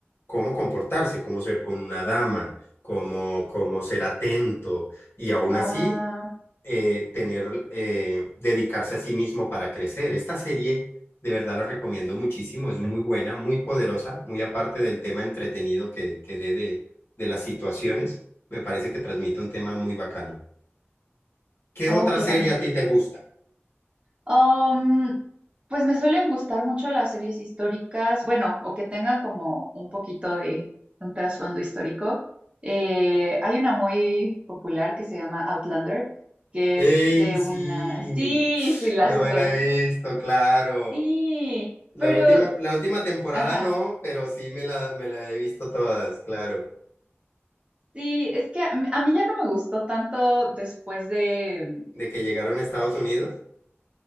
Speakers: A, on the left; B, on the right.
A: cómo comportarse, cómo ser con una dama, cómo, cómo ser atento y aún
B: Ah,
A: así eh, tener, eh, dedicarse a sí mismo para crecer. Esta serie, de verdad, la recomiendo muchísimo, es muy buena, muy poderosa, muy aparte del tema entretenido que, que dé de, de las situaciones, me parece que transmite un tema muy bacano. ¿Qué
B: oh,
A: otra
B: claro.
A: serie a ti te gusta?
B: Um, pues me suelen gustar mucho las series históricas, bueno, o que tengan como un poquito de un trasfondo histórico. Eh, hay una muy popular que se llama Outlander, que
A: ¡Ey,
B: es de
A: sí!
B: una... Sí, sí, la
A: Yo
B: super...
A: me la he visto, claro.
B: Sí,
A: La
B: pero...
A: última, la última temporada
B: Ajá,
A: no, pero sí me la, me la he visto todas, claro.
B: sí, es que a, mí a mí ya no me gustó tanto después de...
A: De que llegaron a Estados Unidos.